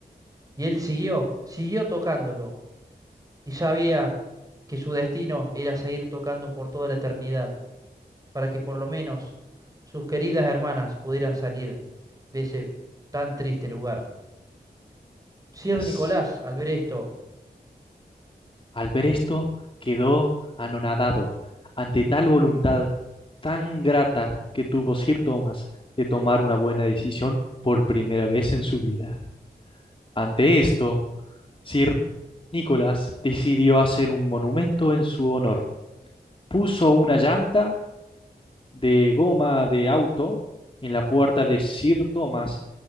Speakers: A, on the right; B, on the left.
A: Y él siguió, siguió tocándolo, y sabía que su destino era seguir tocando por toda la eternidad, para que por lo menos sus queridas hermanas pudieran salir de ese tan triste lugar. Sir
B: "Yes".
A: Nicolás, al ver esto,
B: Al ver esto, quedó anonadado ante tal voluntad tan grata que tuvo Sir Thomas de tomar una buena decisión por primera vez en su vida. Ante esto, Sir Nicholas decidió hacer un monumento en su honor. Puso una llanta de goma de auto en la puerta de Sir Thomas